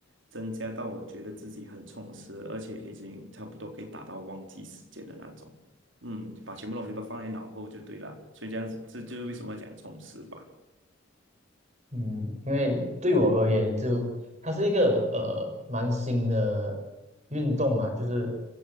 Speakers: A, on the right; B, on the right.
A: 增加到我觉得自己很充实，而且已经差不多可以达到忘记时间的那种。嗯，把全部东西都放在脑后就对了，所以这样子这就是为什么要讲充实吧。
B: 嗯，因为对我而言就，它是一个呃蛮新的运动嘛，就是